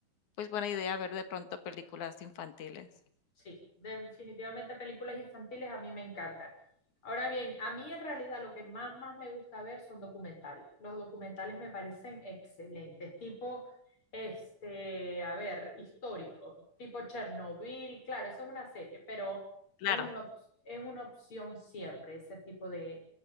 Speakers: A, on the left; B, on the left.
A: pues buena idea ver de pronto películas infantiles.
B: Sí, definitivamente películas infantiles a mí me encantan. Ahora bien, a mí en realidad lo que más, más me gusta ver son documentales. Los documentales me parecen excelentes, tipo, este, a ver, históricos. tipo Chernobyl, claro, eso es una serie, pero
A: Claro.
B: es una, op- es una opción siempre ese tipo de,